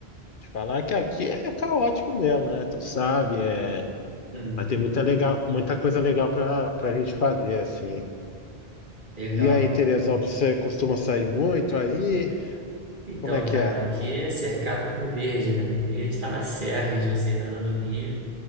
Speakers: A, on the left (about 60°); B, on the right (about 50°).
A: Te falar que aqui é caótico mesmo, né? Tu sabe, é.
B: Hum,
A: Vai ter muita legal, muita coisa legal pra, pra gente fazer, assim.
B: legal,
A: E aí,
B: cara.
A: Teresópolis, você costuma sair muito aí?
B: Então,
A: Como é que
B: cara,
A: é?
B: aqui é cercado por verde, né? E a gente tá na Serra, região serrana do Rio.